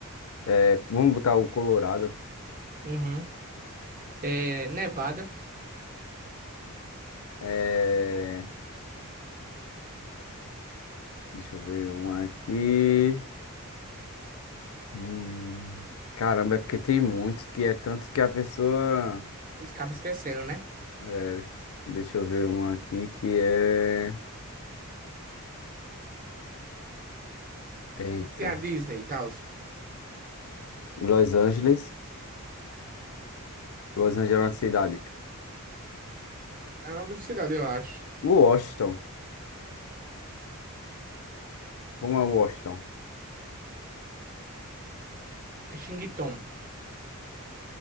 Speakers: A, on the left (about 70°); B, on the right (about 40°).
A: é, vamos botar o Colorado.
B: uhum. É Nevada.
A: É, deixa eu ver um aqui. Hum, caramba, é porque tem muitos que é tanto que a pessoa.
B: Acaba esquecendo, né?
A: é, deixa eu ver um aqui que é. Eita.
B: Tem a Disney e tal.
A: Los Angeles. Los Angeles é uma cidade.
B: É o nome de cidade, eu acho.
A: Washington. Como é Washington?
B: É Xingitom.